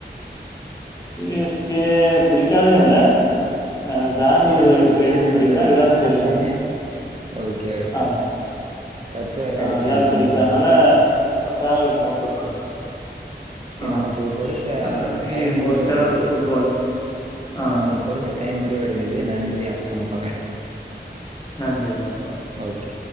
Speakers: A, on the left; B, on the right.
A: <unintelligible> சிஎஸ்கே புடிக்காதுன்னு இல்ல அ பாங்களூரு
B: விராட் கோலி ஃபேனுன்றதுனால
A: எதுக்கு பிடிக்கன்னா விராத் கோலினால
B: அப்படியே ஓகே ஓகே.
A: ஆமா ஆமா
B: கப் வேற
A: ஆ
B: அடிச்சாங்க
A: விராத் கோலி
B: இந்த
A: ஃபேன்னால அதா அவருக்கு சப்போர்ட் பண்றே ஆ
B: நமக்கு கொடுத்த
A: மத்தபடி
B: டைம்
A: மோஸ்டா
B: முடிவடைந்தது.
A: ஃபுட்பால் ஆ
B: நமக்கு கொடுத்த டைம் முடிவடைந்தது நன்றி அப்பறோ பாக்க
A: நன்றி வணக்க
B: ஓகே